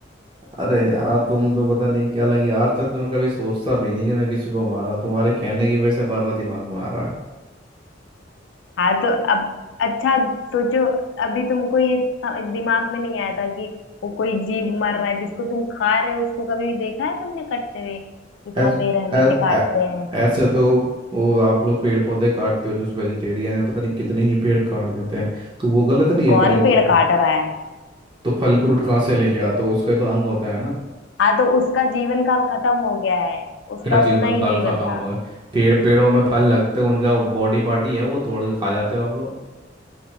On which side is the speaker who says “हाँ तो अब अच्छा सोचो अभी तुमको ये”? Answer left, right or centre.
Left